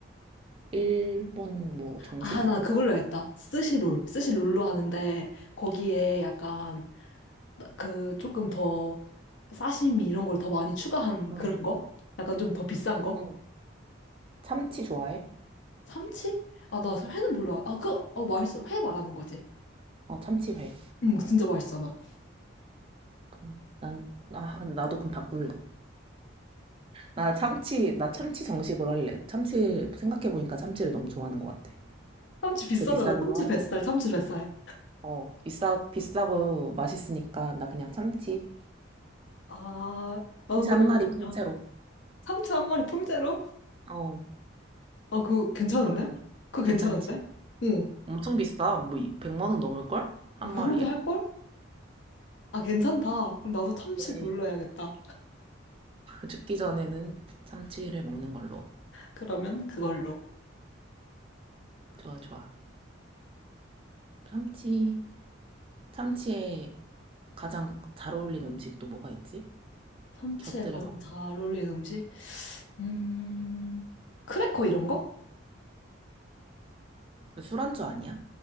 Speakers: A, on the right; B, on the left.
A: 일본 뭐 정식?
B: 아, 나 그걸로 했다. 스시롤. 스시롤로 하는데, 거기에 약간, 그, 조금 더, 사시미 이런 걸 더 많이 추가한
A: 음,
B: 그런 거? 약간 좀 더 비싼
A: 음.
B: 거?
A: 참치 좋아해?
B: 참치? 아, 나 회는 별로 안, 아, 그, 어, 맛있어. 회 말하는 거지.
A: 어, 참치회.
B: 응, 진짜 맛있잖아.
A: 그럼 난, 아, 근데 나도 그럼 바꿀래. 나 참치, 나 참치 정식으로 할래. 참치, 생각해보니까 참치를 너무 좋아하는 것 같아.
B: 참치 비싸잖아.
A: 그게 비싸기도
B: 참치
A: 하고.
B: 뱃살, 참치 뱃살.
A: 어, 어, 비싸, 비싸고 맛있으니까 나 그냥 참치.
B: 아, 나도
A: 참치
B: 그럼
A: 한 마리
B: 그냥
A: 통째로.
B: 참치 한 마리 통째로?
A: 어,
B: 아, 그거 괜찮은데?
A: 어떤데?
B: 그거 괜찮은데?
A: 괜찮지?
B: 응.
A: 엄청 비싸. 뭐, 이- 100만 원 넘을걸? 한
B: 뭐 그
A: 마리에?
B: 정도 할걸? 아, 괜찮다. 그럼 나도 참치
A: 그래.
B: 그걸로 해야겠다.
A: 죽기 전에는 참치를 먹는 걸로.
B: 그러면 그걸로.
A: 좋아, 좋아. 참치. 참치에 가장 잘 어울리는 음식 또 뭐가 있지?
B: 참치에
A: 곁들여
B: 가장
A: 먹는.
B: 잘 어울리는 음식? 음, 크래커 이런 거?
A: 술안주 아니야?